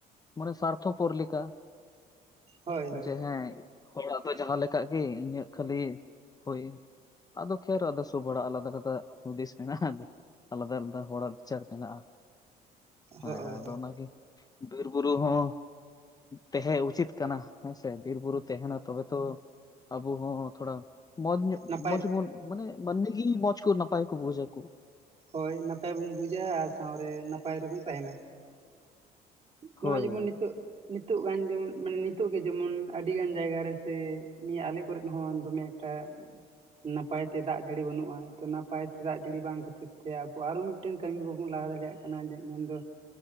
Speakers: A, on the left (about 20°); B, on the right (about 35°).
A: ᱢᱟᱱᱮ ᱥᱟᱨᱛᱷᱚ ᱯᱚᱨ ᱞᱮᱠᱟ ᱾
B: ᱦᱳᱭ ᱦᱳᱭ
A: ᱡᱮ ᱦᱮᱸ ᱦᱚᱲᱟᱜ ᱫᱚ ᱡᱟᱦᱟᱸ ᱞᱮᱠᱟ ᱜᱮ ᱤᱧᱟᱹᱜ ᱠᱷᱟᱹᱞᱤ ᱦᱳᱭ ᱾ ᱟᱫᱚ ᱠᱷᱮᱨ ᱟᱫᱚ ᱥᱚᱵᱲᱟᱜ ᱟᱞᱟᱫᱟ ᱟᱞᱟᱫᱟ ᱦᱩᱫᱤᱥ ᱢᱮᱱᱟᱜᱼᱟ ᱟᱞᱟᱫᱟ ᱟᱞᱟᱫᱟ ᱾ ᱦᱚᱲᱟᱜ ᱵᱤᱪᱟᱨ ᱢᱮᱱᱟᱜᱼᱟ ᱦᱮᱸ
B: ᱦᱳᱭ
A: ᱟᱫᱚ
B: ᱦᱳᱭ
A: ᱚᱱᱟᱜᱮ ᱵᱤᱨ ᱵᱩᱨᱩ ᱦᱚᱸ ᱛᱟᱦᱮᱸ ᱩᱪᱤᱛ ᱠᱟᱱᱟ ᱦᱮᱸᱥᱮ ᱵᱤᱨ ᱵᱩᱨᱩ ᱛᱟᱦᱮᱱᱟ ᱛᱚᱵᱮ ᱛᱚ ᱟᱵᱚ ᱦᱚᱸ ᱛᱷᱚᱲᱟ ᱢᱚᱸᱡᱽ ᱧᱚᱜ
B: ᱱᱟᱯᱟᱭ
A: ᱢᱚᱸᱡᱽ ᱵᱚᱱ ᱢᱟᱱᱮ ᱢᱟᱱᱢᱤ ᱜᱮ ᱢᱚᱡᱽ ᱠᱚ ᱱᱟᱯᱟᱭ ᱠᱚ ᱵᱩᱡᱟ ᱠᱚ ᱾
B: ᱦᱳᱭ ᱱᱟᱯᱟᱭ ᱵᱚᱱ ᱵᱩᱡᱟ ᱟᱨ ᱥᱟᱶ ᱨᱮ ᱱᱟᱯᱟᱭ ᱨᱮᱵᱚᱱ ᱛᱟᱦᱮᱱᱟ ᱾ ᱱᱚᱜᱼᱚᱭ
A: ᱦᱳᱭ
B: ᱡᱮᱢᱚᱱ
A: ᱦᱳᱭ
B: ᱱᱤᱛᱚᱜ ᱱᱤᱛ ᱱᱤᱛᱚᱜ ᱜᱟᱱ ᱡᱮᱢᱚᱱ ᱢᱟᱱᱮ ᱱᱤᱛᱚᱜ ᱜᱮ ᱡᱮᱢᱚᱱ ᱟᱹᱰᱤ ᱜᱟᱱ ᱡᱟᱭᱜᱟ ᱨᱮ ᱥᱮ ᱱᱤᱭᱟᱹ ᱟᱞᱮ ᱠᱚᱨᱜ ᱦᱚᱸ ᱫᱚᱢᱮ ᱮᱠᱴᱟ ᱱᱟᱯᱟᱭᱛᱮ ᱫᱟᱜ ᱡᱟᱹᱲᱤ ᱵᱟᱹᱱᱩᱜᱼᱟ ᱛᱚ ᱱᱟᱯᱟᱭᱛᱮ ᱫᱟᱜ ᱡᱟᱹᱲᱤ ᱵᱟᱝ ᱠᱷᱟᱹᱛᱤᱨ ᱛᱮ ᱟ ᱟᱨᱚ ᱢᱤᱫ ᱢᱤᱫᱴᱮᱱ ᱠᱟᱹᱢᱤ ᱠᱚᱵᱚᱱ ᱞᱟᱦᱟ ᱫᱟᱲᱮᱭᱟᱜ ᱠᱟᱱᱟ ᱢᱮᱱᱫᱚ